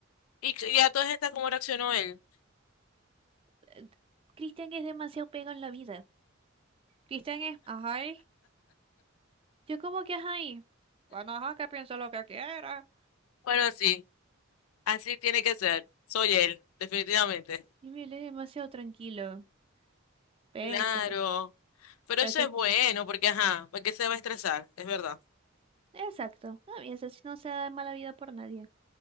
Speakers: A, on the left (about 85°); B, on the right (about 25°).
A: y, y a todas estas, ¿cómo reaccionó él?
B: eh, Cristian es demasiado pegado en la vida. Cristian es, ajá, y- Yo como que ajá, y bueno, ajá, que piense lo que quiera.
A: Bueno, sí, así tiene que ser. Soy él, definitivamente.
B: y me lee demasiado tranquilo. Pértale.
A: Claro. Pero
B: Parece,
A: eso es bueno, porque ajá, ¿para qué se va a estresar? Es verdad.
B: exacto. No, y ese sí no se da mala vida por nadie.